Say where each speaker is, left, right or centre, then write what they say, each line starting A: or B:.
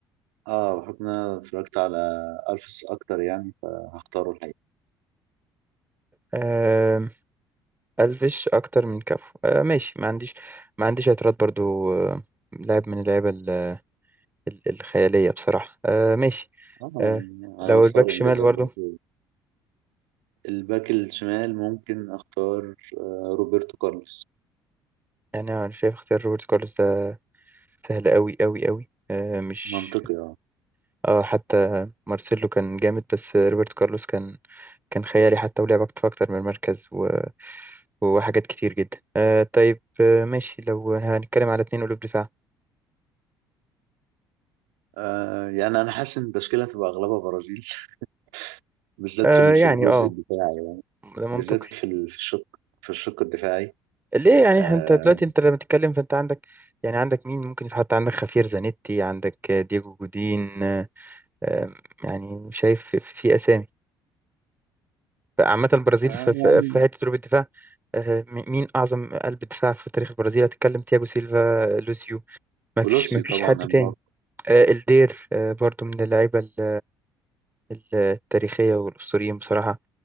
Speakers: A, on the right; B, on the right.
A: اه بحكم ان انا اتفرجت على الفيس اكتر يعني فهختاره الحقيقه
B: آه ألفش أكتر من كافو آه ماشي ما عنديش ما عنديش اعتراض برضو آه لاعب من اللعيبة ال- ال- الخيالية بصراحة آه ماشي
A: اه
B: آه
A: على
B: لو
A: مستوى
B: الباك
A: الانجازات
B: شمال برضو
A: برضه الباك الشمال ممكن اختار آه، روبرتو كارلوس
B: يعني أنا شايف اختيار روبرت كارلوس ده سهل أوي أوي أوي آه، مش
A: منطقي اه
B: اه حتى مارسيلو كان جامد بس روبرت كارلوس كان كان خيالي حتى ولعب أكتر أكتر من المركز و... وحاجات كتير جدا آه طيب آه ماشي لو هنتكلم على اتنين قلوب دفاع
A: آه، يعني انا حاسس ان التشكيله هتبقى اغلبها برازيل <laughs> بالذات
B: آه
A: في ال-
B: يعني
A: في الجزء
B: اه
A: الدفاعي
B: ده منطقي
A: بالذات في ال- في الشق في الشق الدفاعي
B: ليه يعني
A: آه،
B: إحنا- انت دلوقتي انت لما تتكلم فانت عندك يعني عندك مين ممكن يتحط عندك خافير زانيتي عندك آه، دييجو جودين آه آم، يعني شايف في, في اسامي عامة البرازيل
A: آم،
B: في, في, في حتة قلوب الدفاع آه، م- مين أعظم قلب دفاع في تاريخ البرازيل هتتكلم تياجو سيلفا لوسيو ما فيش
A: ولوسيو
B: ما فيش
A: طبعا
B: حد تاني
A: امبابي
B: آه، الدير آه، برضو من اللعيبة ال- ال- التاريخية والأسطوريين بصراحة